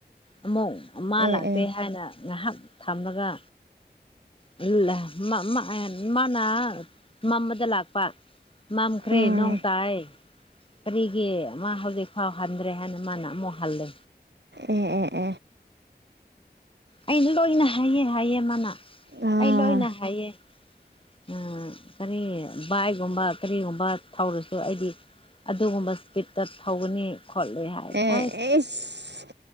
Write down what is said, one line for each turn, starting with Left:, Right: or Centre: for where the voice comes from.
Left: ꯑꯃꯨꯛ ꯃꯥ
Right: ꯑꯦ
Left: ꯂꯥꯛꯇꯦ
Right: ꯑꯦ
Left: ꯍꯥꯏꯅ ꯉꯥꯏꯍꯥꯛ ꯊꯝꯂꯒ ꯍꯜꯂꯦ ꯃꯥ ꯃꯥ ꯃꯥꯅ ꯑꯃ ꯑꯃꯗ ꯂꯥꯛꯄ ꯃꯝꯈ꯭ꯔꯦ
Right: ꯑꯥ
Left: ꯅꯣꯡꯇꯥꯏ ꯀꯔꯤꯒꯤ ꯃꯥ ꯍꯧꯖꯤꯛꯐꯥꯎ ꯍꯟꯗ꯭ꯔꯦ ꯍꯥꯏꯅ ꯃꯥꯅ ꯑꯃꯨꯛ ꯍꯜꯂꯦ
Right: ꯑꯦ ꯑꯦ ꯑꯦ
Left: ꯑꯩ ꯂꯣꯏꯅ ꯍꯩꯌꯦ ꯍꯥꯏꯌꯦ ꯃꯥꯅꯥ
Right: ꯑꯥ
Left: ꯑꯩ ꯂꯣꯏꯅ ꯍꯥꯏꯌꯦ ꯎꯝ ꯀꯔꯤ ꯕꯥꯏꯒꯨꯝꯕ ꯀꯔꯤꯒꯨꯝꯕ ꯊꯧꯔꯁꯨ ꯑꯩꯗꯤ ꯑꯗꯨꯒꯨꯝꯕ ꯏꯁꯄꯤꯠꯇ ꯊꯧꯒꯅꯤ ꯈꯣꯠꯂꯣꯏ ꯍꯥꯏ ꯑꯩꯅ
Right: ꯑꯦ
Left: ꯑꯥꯏꯁ
Right: ꯏꯁ